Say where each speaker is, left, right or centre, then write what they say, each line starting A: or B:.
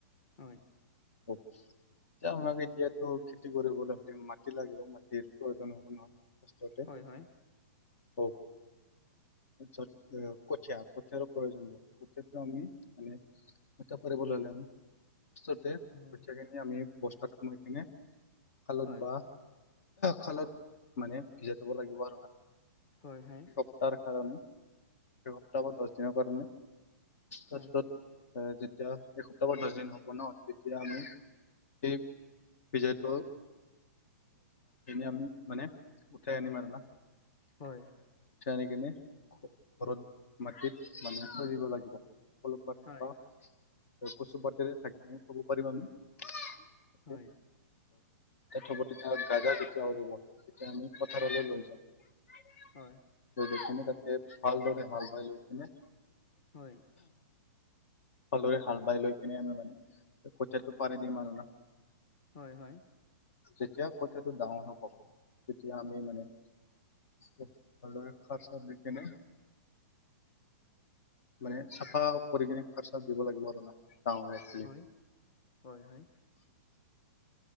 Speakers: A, on the left (about 25°); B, on the left (about 55°).
A: হয়
B: অ এতিয়া আমাক এতিয়াতো খেতি কৰিবলৈ হ'লে মাটি লাগিব মাটিৰ প্ৰয়োজন হ'ব নহয় আতে
A: হয় হয়
B: অ কঠীয়া কঠিয়াৰো প্ৰয়োজন হব কঠীয়াটো আমি মানে কতিপাৰে ব হল আমি বতে
A: হয়
B: কঠিয়াখিনি আমি বস্তাত সোমাই কিনে খালত
A: হয়
B: বা খালত মানে ভিজাই থব লাগিব আৰু না
A: হয় হয়
B: সপ্তাহ কাৰণে স সপ্তাহ দহ দিনৰ কাৰণে তাৰপিছত
A: হয়
B: তেতিয়া এসপ্তাহ বা দহ দিন হ'ব ন যেতিয়া আমি সেই বিজাটো আমি মানে উঠাই আনিম আৰু না
A: হয়
B: উঠাই আনি কেনে ঘৰত মাটিত মানে খজিব লাগিব অলপমান
A: হয়
B: পাত বা কচুপতেৰে ধাকিলে ক'ব পাৰিম আমি
A: হয়
B: থবতি তাৰ গাগা যেতিয়া উৰিব তেতিয়া আমি পথাৰলৈ
A: হয় হয়
B: লৈ যাওঁ
A: হয়
B: যাই কিনে তাতে ভালদৰে হাল বাই লৈ কিনে
A: হয়
B: ভালদৰে হাল বাই লৈ কিনে আমি মানে কঠীয়াাতটো পাৰি দিম আৰু না
A: হয় হয়
B: যেতিয়া কথাাতটো ডাঙৰ হব তেতিয়া আমি মানে ভালৰে খাৰ চাব ল কেনে মানে চাফা কৰি কিনে খৰচা দিব লাগিব আৰু ন গাৱ
A: হয় হয় হয়